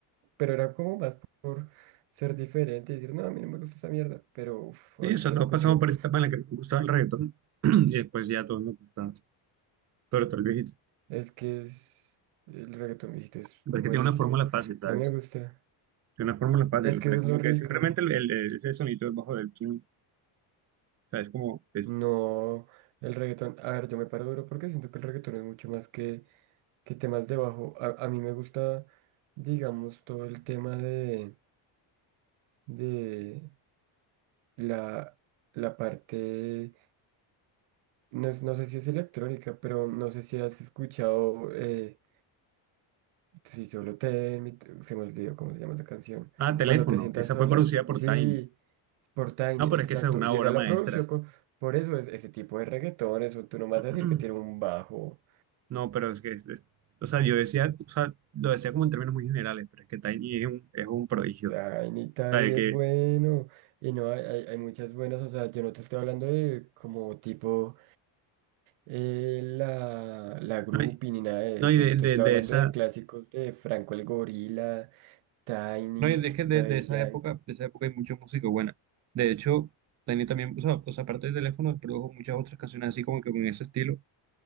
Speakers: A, on the right (about 90°); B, on the right (about 35°).
A: pero era como más por ser diferente y decir, no, a mí no me gusta esa mierda, pero uff,
B: Sí,
A: ahorita
B: eso,
A: lo
B: todos
A: escucho.
B: pasamos por esa etapa en la que nos gustaba el reggaetón <clears throat> y después ya todo nos gustaba, sobre todo el viejito.
A: Es que es, el reggaetón viejito es
B: Pero
A: buenísimo.
B: es que tiene una fórmula fácil, ¿sabes?
A: A mí me gusta.
B: Tiene una fórmula fácil,
A: Es
B: o
A: que
B: sea,
A: eso
B: como
A: es lo rico.
B: que simplemente el, el- el- ese sonido del bajo del chin, o sea, es como, es,
A: No, el reggaetón. A ver, yo me paro duro porque siento que el reggaetón es mucho más que, que temas de bajo. A, a mí me gusta, digamos, todo el tema de, de la, la parte. No, es- no sé si es electrónica, pero no sé si has escuchado. Eh, si solo te. Se me olvidó cómo se llama esa canción.
B: ah, teléfono,
A: Cuando te sientas
B: esa
A: sola.
B: fue producida
A: Sí.
B: por Tiny.
A: Por Tiny,
B: No, pero
A: exacto.
B: es que esa es una
A: Y
B: obra
A: esa la
B: maestra.
A: producción co- Por eso es ese tipo de reggaetón, eso tú no vas
B: <clears throat>
A: a decir que tiene un bajo.
B: No, pero es que, es- es- o sea, yo decía, o sea, lo decía como en términos muy generales, pero es que Tiny es un, es un prodigio.
A: Tiny,
B: O
A: Tiny
B: sea, de
A: es
B: que,
A: bueno. Y no, hay, hay, hay muchas buenas. O sea, yo no te estoy hablando de como tipo eh, la, la groupie
B: no, y
A: ni nada de
B: no,
A: eso.
B: y de,
A: Yo te
B: de
A: estoy
B: de
A: hablando
B: esa...
A: de clásicos de Franco el Gorila, Tiny,
B: No, y es que de,
A: Daddy
B: de esa
A: Yankee.
B: época, de esa época hay mucha música buena. De hecho, Tiny también, o sea, o sea, aparte del teléfono, produjo muchas otras canciones así como que con ese estilo.